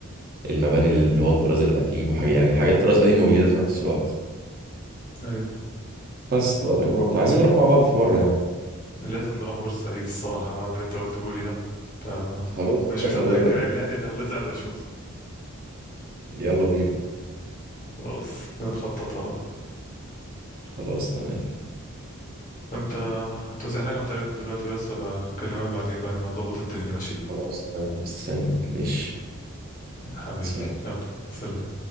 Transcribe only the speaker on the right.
المباني اللي هو الطراز القديم وحاجة يعني حاجات طراز قديم وجديدة في نفس الوقت
بس تبقى تجربة متعة عايزين نروح مع بعض في مرة يعني
خلاص
يا
صاحبي،
يلا بينا
يلا بينا
خلاص تمام
خلاص تمام مستنيك ماشي
سلام